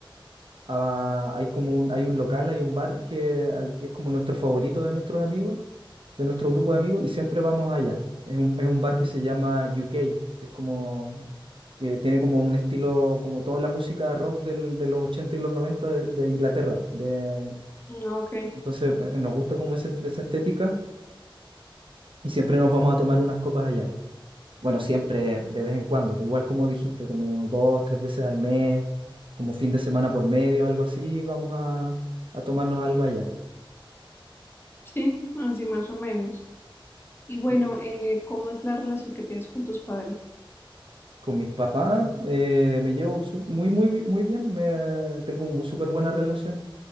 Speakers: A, on the right; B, on the left.
A: a- hay como un, hay un local, hay un bar que, al que es como nuestro favorito de nuestros amigos, de nuestro grupo de amigos, y siempre vamos allá. Es un, es un bar que se llama UK, que es como, que tiene como un estilo, como toda la música rock del- de los 80 y los 90 de, de Inglaterra. De,
B: Ah, Ok,
A: entonces, eh, nos gusta como ese- esa estética y siempre nos vamos a tomar unas copas allá. Bueno, siempre, de vez en cuando, pues, igual como dijiste, como dos, tres veces al mes, como fin de semana por medio, algo así, vamos a, a tomarnos algo allá.
B: sí, así más o menos. Y bueno,
A: Y
B: eh, ¿cómo es la relación que tienes con tus padres?
A: con mis papás eh, me llevo su- muy, muy, bi- muy bien, me, tengo una súper buena relación.